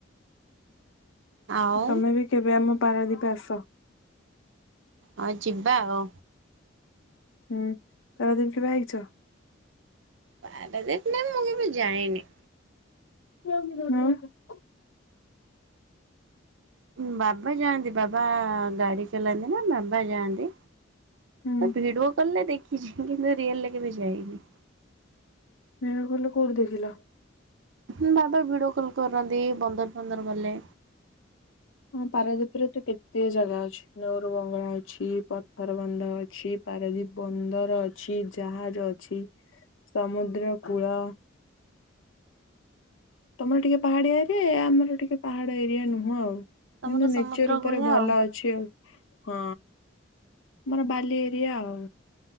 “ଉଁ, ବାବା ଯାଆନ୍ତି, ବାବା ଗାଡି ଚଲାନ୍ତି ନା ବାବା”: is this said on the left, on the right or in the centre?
Right